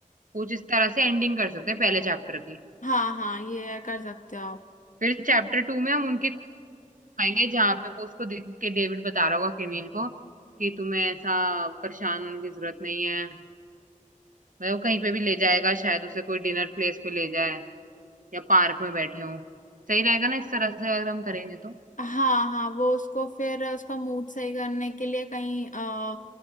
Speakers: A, on the right (about 70°); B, on the left (about 65°).
A: कुछ इस तरह से एंडिंग कर सकते हैं पहले चैप्टर की
B: हाँ हाँ ये कर सकते हो आप
A: फिर चैप्टर टू में हम उनके आएंगे जहाँ पे वो उसको देख के डेविड बता रहा होगा केमिल को कि तुम्हें ऐसा परेशान होने की जरूरत नहीं है मतलब वो कहीं पे भी ले जाएगा शायद उसे कोई डिनर प्लेस पे ले जाए या पार्क में बैठे हो सही रहेगा ना इस तरह से अगर हम करेंगे तो
B: हाँ हाँ वो उसको फिर उसका मूड सही करने के लिए कहीं आ,